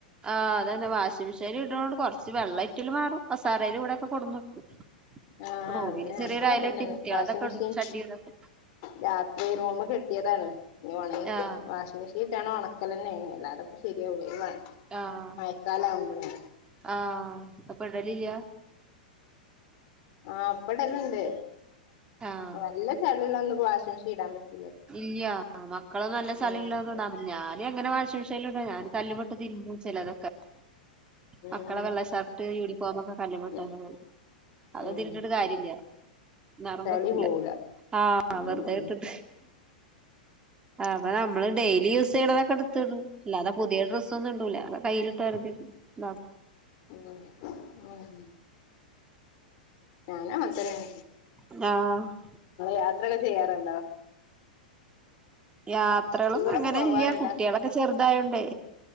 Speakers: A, on the right; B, on the left.
A: ആഹ് അതന്നാ വാഷിംഗ് മെഷീൻ ഇട ന്നോണ്ട് കൊണ്ട് കുറച്ച് വെള്ളം ഇറ്റിൽ മാറും കസേരയിൽ കൂടെ കൊടുന്നെക്കും
B: ആഹ്
A: റൂമി
B: അതന്നെ
A: ചെറിയൊരുയലട്ടി
B: ഞങ്ങളും ഇതന്നെയാണ്
A: കുട്ടികളൾതൊക്കെ
B: വാഷിംഗ് മെഷീൻ
A: ഇടും ശഡി ഇതൊക്കെ
B: രാത്രി ഒന്ന് കെട്ടിയതാണ് ഞ് ഒണങ്ങി
A: ആഹ്
B: വാഷിംങ് മെഷീൻ വീട്ടാണ് ഉണക്കല് തന്നെ ആണ് അല്ലാതെപ്പോ ശരിയാവൂല
A: ആഹ്
B: മഴക്കാലാവുമ്പളേ
A: ആഹ് അപ്പൊ ഇടലില്ല
B: ആഹ് അപ്പടല്ലാംണ്ട്
A: ആഹ്
B: നല്ല ചെളിള്ളത് ഒന്ന് വാഷി മെഷീൻ ഇടാൻ പറ്റും
A: ഇല്ല മക്കള് നല്ല ചളിള്ളതൊന്നും
B: ഉം
A: ഞാനും എങ്ങനെ വാഷിം മിശിയില ഇട ഞൻ കല്ല് മ്മെ ഇട്ട് തിരുമ്പും ചെലതൊക്കെ
B: ഉം
A: മക്കളെ വെള്ള ഷർട്ട് യൂണിഫോം ഒക്കെ കല്ലുമ്മെ ഇട്ട്
B: ഉം ഉം
A: തന്നെ കഴുകും അത്
B: ഉം
A: ഇതിൽ ഇട്ടിട്ടു കാര്യല്ല നിറം
B: ചളി
A: വെക്കൂല
B: പോവൂല
A: ആഹ്
B: ഉം
A: വെറുതെ ഇട്ടിട്ട് അപ്പൊ നമ്മള് ഡെയിലി യൂസ് ചെയ്യണതൊക്കെ എടുത്തു അല്ലാതാ പുതിയ ഡ്രസ്സ് ഒന്നും ഇണ്ടൂല്ല അത് കയ്യിലിട്ട് ഒരതി ഇതാക്കും
B: ഉം ഉം ഞാനും അങ്ങനെത്തന്നെ
A: ആഹ്
B: നിങ്ങൾ യാത്രയൊക്കെ ചെയ്യാറുണ്ടോ
A: യാത്രകളൊന്നും
B: ടൂറൊക്കെ
A: അങ്ങനെ
B: പോവാറുണ്ടോ?
A: ഇല്ല കുട്ടികളൊക്കെ ചെറുതായോണ്ടേ